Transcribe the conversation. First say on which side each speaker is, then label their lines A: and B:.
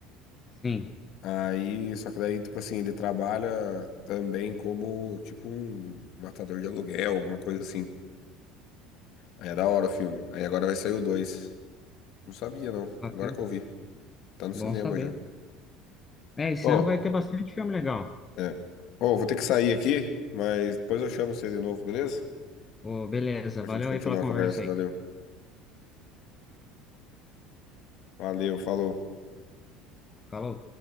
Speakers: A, on the left (about 25°); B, on the left (about 50°).
A: Sim.
B: Aí, só que daí, tipo assim, ele trabalha também como, tipo, um matador de aluguel, alguma coisa assim. Aí é da hora o filme. Aí agora vai sair o 2. Não sabia, não.
A: Ah, Bacana,
B: Agora que eu vi. Tá no cinema
A: bom saber.
B: já.
A: É, esse
B: Ô,
A: ano vai ter bastante filme legal.
B: é. Ô, vou ter que sair aqui, mas depois eu chamo você de novo, beleza?
A: Ô, beleza,
B: Pra
A: valeu
B: gente continuar
A: aí pela conversa
B: a conversa.
A: aí.
B: Valeu. Valeu, falou.
A: Falou.